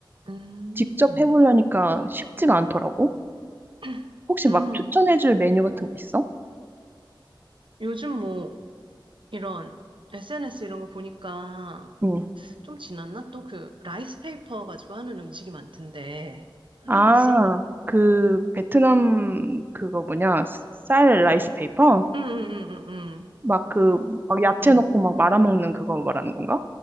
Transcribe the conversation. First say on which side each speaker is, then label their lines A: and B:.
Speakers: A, on the right (about 75°); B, on the right (about 25°).
A: 음,
B: 직접 해보려니까 쉽지가 않더라고.
A: <clears throat>
B: 혹시
A: 음,
B: 막 추천해줄 메뉴 같은 거 있어?
A: 요즘 뭐 이런 SNS 이런 거 보니까
B: 음.
A: 좀 지났나? 또 그 라이스 페이퍼 가지고 하는 음식이 많던데
B: 아,
A: 해봤어?
B: 그, 베트남, 그거 뭐냐, 쌀 라이스 페이퍼?
A: 응응응응응.
B: 막 그, 막 야채
A: 음, 음.
B: 넣고 막 말아먹는 그거 말하는 건가?